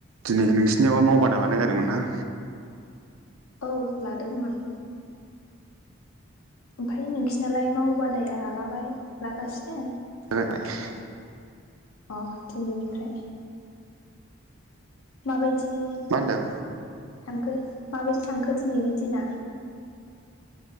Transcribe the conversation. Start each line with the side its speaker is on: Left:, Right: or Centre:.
Right: दिनै नोंसिनियावबो मावबादा लानाय जादोंमोन ना
Left: औ लादोंमोन ओमफ्राय नोंसिनालाय माव बादाया लाबाय लागासिनो
Right: <unintelligible>
Left: अ दिनैनिफ्राय माबाय बिदि
Right: मा होनदों
Left: थांखो माबायदि थांखो दिनैनि दिना